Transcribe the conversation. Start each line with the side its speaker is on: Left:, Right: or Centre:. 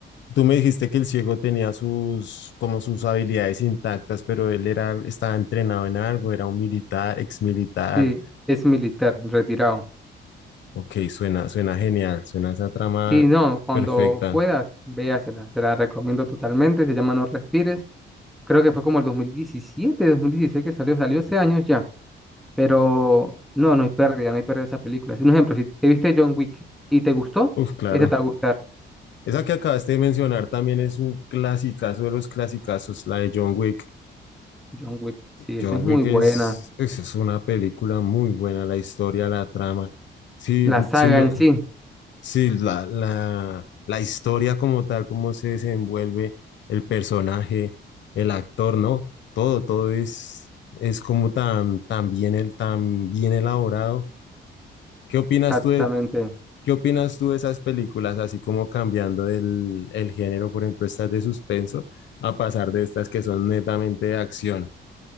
Left: Tú me dijiste que el ciego tenía sus, como sus habilidades intactas, pero él era, estaba entrenado en algo, era un militar, exmilitar.
Centre: Sí, es militar, retirado.
Left: Ok, suena, suena genial, suena esa trama
Centre: Sí, no, cuando
Left: perfecta.
Centre: puedas, véasela, se la recomiendo totalmente, se llama No Respires, creo que fue como el dos dos mil diecisiete dos mil dieciséis que salió, salió hace años ya, pero no, no hay pérdida, no hay pérdida de esa película. Si un ejemplo, si te viste John Wick y te gustó,
Left: Uf, claro.
Centre: esa te va a gustar,
Left: Esa que acabaste de mencionar también es un clasicazo de los clasicazos, la de John Wick.
Centre: John Wick, sí, esa
Left: John
Centre: es muy
Left: Wick
Centre: buena,
Left: es, es, es una película muy buena, la historia, la trama. Sí,
Centre: la saga
Left: sí, lo-
Centre: en sí.
Left: sí, la, la, la historia como tal, cómo se desenvuelve el personaje, el actor, ¿no? Todo, todo es, es como tan, tan bien, el, tan bien elaborado. ¿Qué opinas
Centre: Exactamente.
Left: tú de, ¿Qué opinas tú de esas películas, así como cambiando el, el género, por ejemplo, estas de suspenso, a pasar de estas que son netamente de acción?